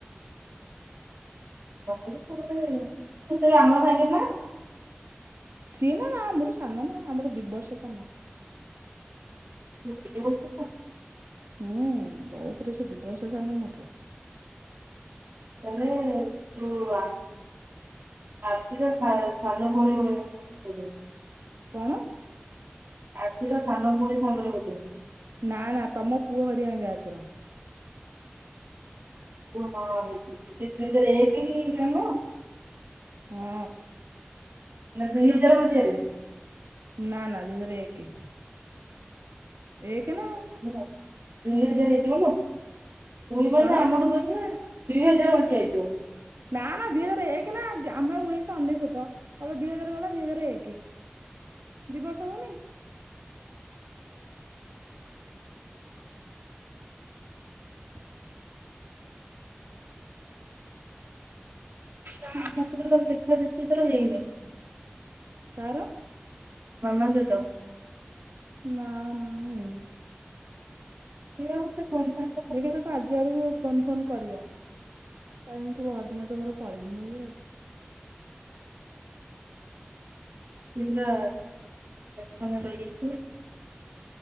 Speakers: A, on the right; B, on the right.
A: ଆ <inaudible> <inaudible>
B: ତୁ କେବେ ଆମ ସାଙ୍ଗେ ନା <unintelligible>
A: ସିଏ ନା ନା ଆମଠୁ ସାନ ନା ଆମରଠୁ ଦି ବର୍ଷ ସାନ।
B: ହ <inaudible>
A: ହୁଁ ବୟସରେ ସେ ଦି ବର୍ଷ ସାନ ମୋଠୁ।
B: ମାନେ ତୁ ଆ। ଆସିଲେ ସା ସାନ ଭଉଣି ଭଳିଆ <inaudible>
A: କଣ?
B: ଆଦି ର ସାନ ଭଉଣି ସାଙ୍ଗରେ ବୋଧେ?
A: ନା ନା ତମ ପୁଅ ହେରିକା ବ୍ୟାଚ୍ ର।
B: ଓହଁ ହେଇରେ ଜନ <unintelligible>
A: ହୁଁ।
B: ନା ଦୁଇ ହଜାର ମସିହାରେ
A: ନା ନା ଦିହଜାରେ ଏକେ। ଏକେ ନାଉ
B: <inaudible> ଦି ହଜାରେ ଜୁନୁ ଦୁ ମାନେ
A: କଣ
B: ଆମର ଦୋଷ <inaudible> ନା ଦୁଇ ହଜାର ମସିହା ହେଇଥିବ?
A: ନାଁ ନାଁ ଦିଇ ହଜାରେ ଏକେ ନା ଆମେ ଉଣେଇଶ ଅନେଶତ। ତମେ ଦି ହଜାରେ ଗଲା ଦି ହଜାରେ ଏକେ ଦି ବର୍ଷ ହଉନି।
B: ହ <inaudible> ଆମ ହସ୍ପିଟାଲ ଦେଖା ଦେଖି ଏଥର ହେଇନି।
A: କାର
B: ମାମା ସହିତ।
A: ନାଁ ନାଁ ହେଇନି।
B: ସିଏ ମତେ ଫୋନ୍‌ ଫାନ୍
A: ଦେଖିବା ତାକୁ ଆଜି ଆଡକୁ ଫୋନ୍ ଫୋନ୍ କରିବା। କହମି ପହରିଦିନ ତ ମୋର ପଳେଇବି ବୋଲି ଆଉ
B: ପା୍ୟା ଖାନ ରହିଯାଇଛୁ <unintelligible>